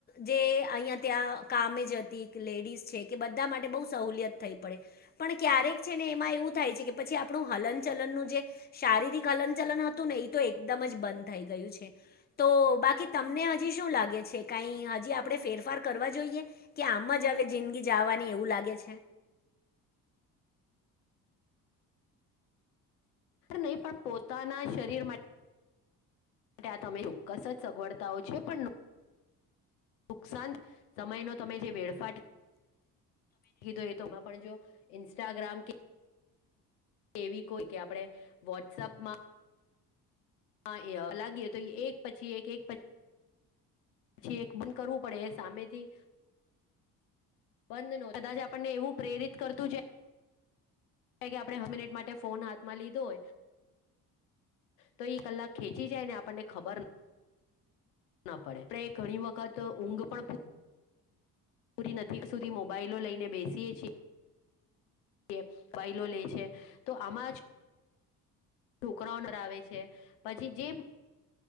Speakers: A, on the left (about 20°); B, on the left (about 70°).
A: જે અહીિયાં ત્યાં કામે જ હતી કે લેડીસ છે કે બધા માટે બહુ સહુલિયત થઈ પડે પણ ક્યારેક છે ને એમાં એવું થાય છે કે પછી આપણું હલન ચલનનું જે શારીરિક હલન ચલન હતું ને એ તો એકદમ જ બંધ થઈ ગયું છે તો બાકી તમને હજી શું લાગે છે કાંઈ હજી આપણે ફેરફાર કરવા જોઈએ કે આમ જ હવે જિંદગી જવાની એવું લાગે છે
B: નહીં પણ પોતાના શરીર માટે માટે આ તમે ચોક્કસ જ સગવડતા હો છે પણ નુકસાન સમય નો તમે જે વેડફાટ ીધો તોમાં પણ જો ઇન્સ્ટાગ્રામ કે કેવી કોઈ કે આપણે વોટ્સઅપમાં હા, એ <inaudible> લાગી તો એક પછી એક એક પછી પછી એક બંધ કરવું પડે એ સામેથી બંધ <inaudible> નો કદાચ આપણને એવું પ્રેરિત કરતું છે. કે આપણે હ મિનિટ માટે ફોન હાથમાં લીધો હોય તો ઈ કલાક ખેંચી જાય ને આપણને ખબર નથી, ના પડે પણ એ ઘણી વખત ઊંઘ પણ પૂરી નક સુધી મોબાઈલો લઈને બેસીએ છીએ, <inaudible> વાઈલો લે છે, તો આમાં છોકરાઓનેરા આવે છે પછી જે